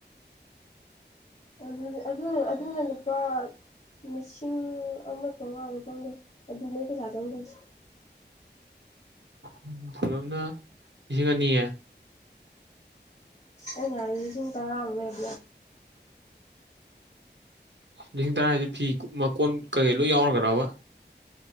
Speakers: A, on the left; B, on the right.
A: ꯑꯗꯨꯗꯤ ꯑꯗꯨ ꯑꯗꯨꯗꯣ ꯂꯨꯄꯥ ꯂꯤꯁꯤꯡ ꯑꯃ ꯆꯃꯉꯥꯃꯨꯛ ꯆꯪꯗꯣꯏꯅꯦ ꯑꯗꯨꯅꯦ ꯄꯩꯁꯥ ꯆꯪꯗꯣꯏꯁꯦ
B: ꯎꯝ ꯄꯨꯂꯞꯅ ꯂꯤꯁꯤꯡ ꯑꯅꯤ
A: ꯑꯩ ꯍꯥꯏꯁꯦ ꯂꯤꯁꯤꯡ ꯇꯔꯥꯃꯨꯛ
B: ꯂꯤꯁꯤꯡ ꯇꯔꯥ ꯍꯥꯏꯁꯦ ꯐꯤ ꯃꯀꯣꯟ ꯀꯩꯀꯩ ꯂꯣꯏ ꯌꯥꯎꯔꯒꯗꯕ